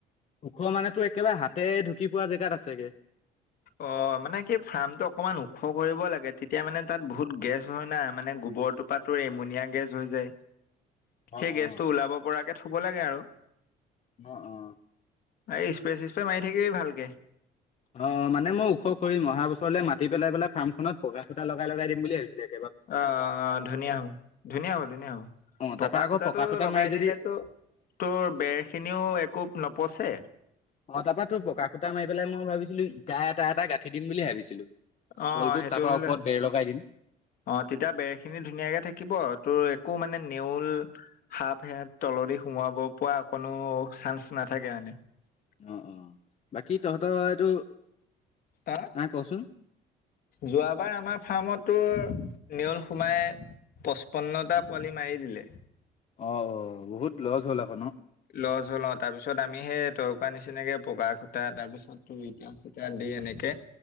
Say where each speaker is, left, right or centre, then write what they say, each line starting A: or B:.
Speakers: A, on the left; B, on the left.
A: ওখ মানেতো একেবাৰে হাতে ঢুকি পোৱা জেগাত আছেগে।
B: অ', মানে কি ফাৰ্ম টো অকমান ওখ কৰিব লাগে তেতিয়া মানে তাত বহুত গেছ হয় নাই মানে বৰটোপাটো এমনিয়া গেছ হৈ যায়।
A: অ', অ',
B: সেই গেছটো ওলাব পৰাকে থব লাগে আৰু
A: অ অ
B: এই স্প্ৰে চিচপ্ৰে মাৰি থাকিবি ভালকে
A: অ মানে মই ওখ কৰিম অহা বছৰলে মাতি পেলাই পেলাই ফাৰ্মখনত পকা খুটা লগাই লগাই দিম বুলি ভাবিছিলো।
B: অ', অ', ধুনীয়া হ ধুনীয়া হ'ব ধুনীয়া হ
A: অ',
B: পকা
A: তাৰপা আকৌ
B: খুটাটো
A: খুটা
B: লগাই
A: মাৰি যদি
B: দিলেতো তোৰ বেৰ খিনিও একো ন পচে
A: অ তাৰপা তোৰ পকা খুটা মাৰি পেলাই মই ভাবিছিলো ইটা এটা এটা গাঁঠি দিম বুলি ভাবিছিলো।
B: অ'
A: তলটো
B: সেইটো
A: তাৰপৰা
B: হ'লে
A: ওপৰত বেৰ লগাই দিম
B: অ তেতিয়া বেৰ খিনি ধুনীয়াকে থাকিব তোৰ একো মানে নেউল সাপ সে তলদি সোমাব পৰা কোনো চান্স নাথাকে মানে <unintelligible>
A: অ', অ', বাকী তহঁতৰ এইটো
B: হ
A: নাই কচোন
B: যোৱাবাৰ আমাৰ ফাৰ্মত ৰ নেউল সুমাই পঁচপন্নটা পোৱালি মাৰি দিলে
A: অ', অ', বহুত লছ হ'ল আকৌ ন।
B: লজ হল তাৰপিছত আমি সেই তৰকাৰ নিচিনাকে পকা খুটা তাৰপিছত চতি <inaudible> এনেকে